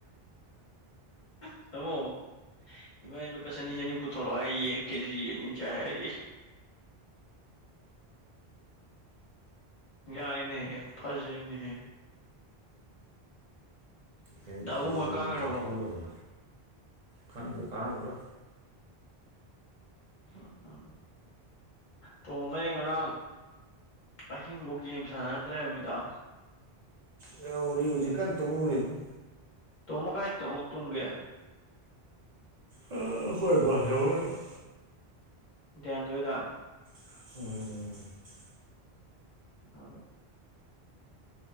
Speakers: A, on the left (about 55°); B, on the right (about 45°).
A: ꯇꯃꯣ ꯏꯕꯅꯤ ꯂꯨꯄꯥ ꯆꯅꯤ ꯆꯅꯤ ꯄꯨꯊꯣꯔꯛꯑꯣ ꯍꯥꯏ ꯌꯦꯡ ꯀꯦꯖꯤ ꯑꯅꯤ ꯆꯥꯏ ꯍꯥꯏꯔꯤ <inaudible> ꯌꯥꯏꯅꯦ ꯐꯖꯩꯅꯦꯍꯦ
B: ꯌꯦꯟ
A: ꯗꯥꯕꯨꯡꯒ
B: ꯀꯦꯖꯤ
A: ꯀꯥꯈ꯭ꯔꯕꯣ
B: ꯑꯅꯤ ꯆꯊꯣꯛꯑꯒ ꯂꯣꯏꯔꯦ ꯈꯪꯗꯦ ꯀꯔꯝꯕꯗꯣ
A: ꯎꯝ ꯎꯝ ꯇꯣꯝꯕꯒꯤ ꯉꯔꯥꯡ ꯑꯍꯤꯡꯐꯧ ꯒꯦꯝ ꯁꯥꯟꯅꯔ ꯂꯩꯔꯃꯤꯗ
B: ꯂꯩꯍꯧꯕꯅꯤ ꯍꯧꯖꯤꯛꯀꯟ ꯇꯨꯃꯍꯧꯔꯤꯝꯅꯤ
A: ꯇꯣꯝꯕ ꯀꯥꯏ ꯇꯨꯝꯒꯦ
B: ꯑ ꯍꯣꯏ <unintelligible>
A: ꯦꯟꯗꯣꯏꯗ
B: ꯎꯝ
A: ꯑ